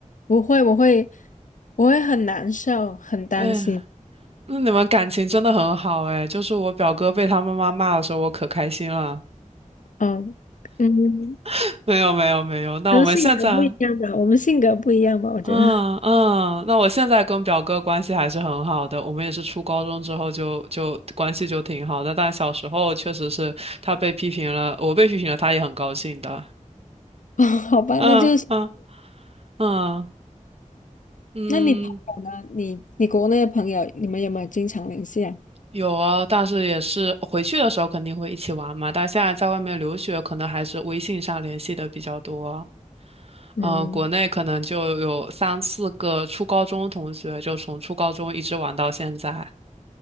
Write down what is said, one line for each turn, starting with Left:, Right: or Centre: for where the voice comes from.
Left: 不会，我会，我会很难受，很担心。
Right: 哎，那你们感情真的很好哎。就是我表哥被他妈妈骂的时候，我可开心了。
Left: 嗯嗯，
Right: <laughs> 没有没有没有，那我们现在，
Left: 可能性格不一样吧，我们性格不一样吧，我觉得。
Right: 嗯嗯，那我现在跟表哥关系还是很好的。我们也是初高中之后就就关系就挺好的，但小时候确实是他被批评了，我被批评了，他也很高兴的。
Left: <laughs> 哦，好吧，
Right: 嗯嗯
Left: 那就是，
Right: 嗯嗯。
Left: 那你朋友呢？你你国内的朋友，你们有没有经常联系啊？
Right: 有啊，但是也是回去的时候肯定会一起玩嘛。但现在在外面留学，可能还是微信上联系的比较多。
Left: 嗯，
Right: 嗯，国内可能就有三四个初高中同学，就从初高中一直玩到现在。